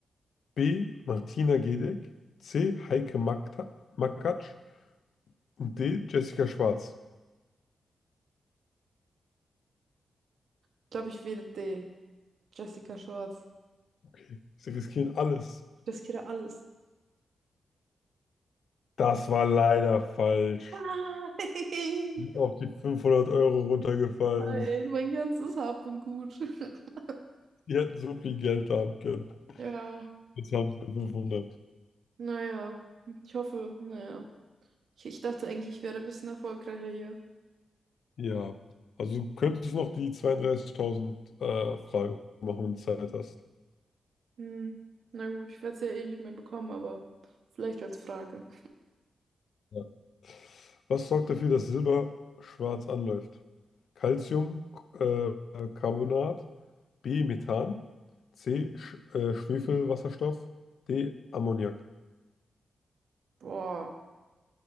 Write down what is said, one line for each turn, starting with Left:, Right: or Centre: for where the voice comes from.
Left: B. Martina Gedeck, C. Heike Makta- Makatsch und D. Jessica Schwarz.
Right: Ich glaube, ich wähle D. Jessica Schwarz.
Left: Okay, sie riskieren alles.
Right: Ich riskiere alles.
Left: Das war leider falsch.
Right: Nein!
Left: Sie sind auf die 500 Euro runtergefallen.
Right: Nein, mein ganzes Hab und Gut. <laughs>
Left: Die hätten so viel Geld haben können.
Right: Ja,
Left: Jetzt haben sie nur 500.
Right: naja. Ich hoffe, naja. Ich, ich dachte eigentlich, ich wäre ein bisschen erfolgreicher hier.
Left: Ja, also du könntest noch die 32.000 äh, Frage machen, wenn du Zeit hast.
Right: Hm. Na gut, ich werde es ja eh nicht mehr bekommen, aber vielleicht als Frage.
Left: Ja. Was sorgt dafür, dass Silber schwarz anläuft? Calcium, äh, Carbonat, B, Methan, C, Sch äh, Schwefelwasserstoff, D, Ammoniak.
Right: Boah,